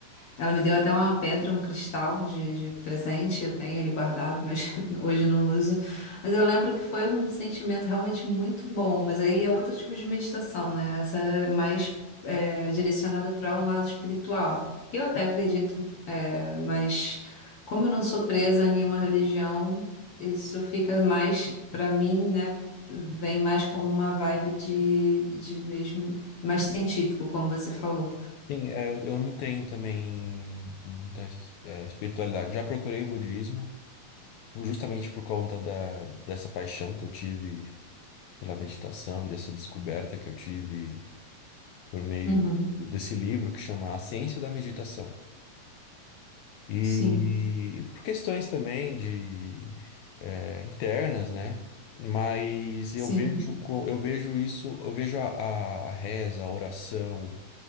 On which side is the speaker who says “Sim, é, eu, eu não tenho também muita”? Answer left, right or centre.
Left